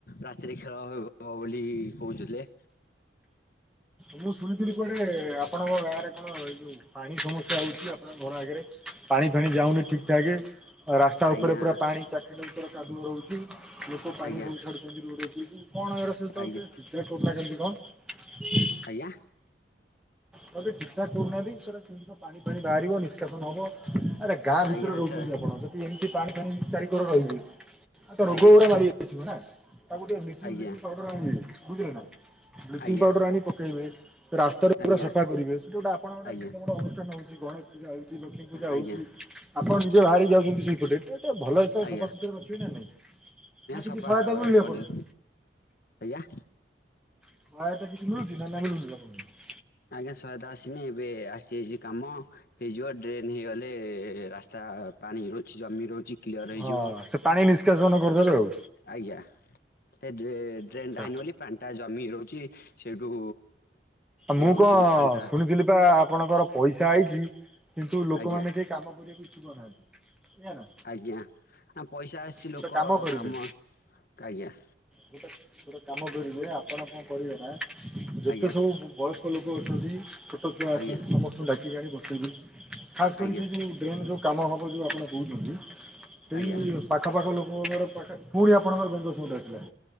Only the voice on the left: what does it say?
ରାତିରେ ଖେଳ ହବ। ହଵ ବୋଲି କହୁଥିଲେ।
ଆଜ୍ଞା
ଆଜ୍ଞା
ଆଜ୍ଞା
ଆଜ୍ଞା
ଆଜ୍ଞା
ସାର୍
ଆଜ୍ଞା
ଆଜ୍ଞା
ଆଜ୍ଞା
ଆଜ୍ଞା
ଆଜ୍ଞା
ଆଜ୍ଞା
ଆଜ୍ଞା
ସଫା
କରିବ
ଆଜ୍ଞା
ଆଜ୍ଞା ସହାୟତା ଆସିନି ଏବେ ଆସିଯାଇଛି କାମ। ହେଇଯିବ ଡ୍ରେନ୍ ହେଇଗଲେ ରାସ୍ତା ପାଣି ରହୁଛି ଜମି ରହୁଛି କ୍ଲିୟର ହେଇଯିବ।
ଆଜ୍ଞା ସେ ତ୍ରେ ଡ୍ରେନ୍
ଟା ହେଇନି ବୋଲି - ପାଣିଟା ଜମି ରହୁଛି। ସେଇଠୁ ଇଏ
ହେଉଛି
ପାଣିଟା
ଆଜ୍ଞା
ଆଜ୍ଞା ପଇସା ଆସିଛି
ଲୋକ
କାମ ଆଜ୍ଞା
ଆଜ୍ଞା
ଆଜ୍ଞା
ଆଜ୍ଞା
ଆଜ୍ଞା